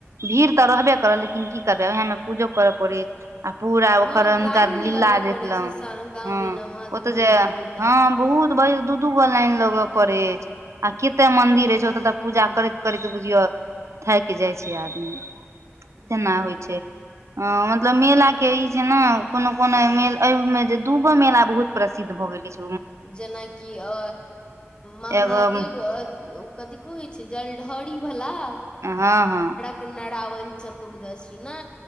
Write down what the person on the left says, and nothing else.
हँ
लाइन
लगऽ
पड़ै छै साँझ
दिना महादेव
मंठ
मे ओतऽ
हँ
जेनाकि अ महादेव
कथी क होइ छै जलढ़री वला
कना रावन चतुर्दशी ने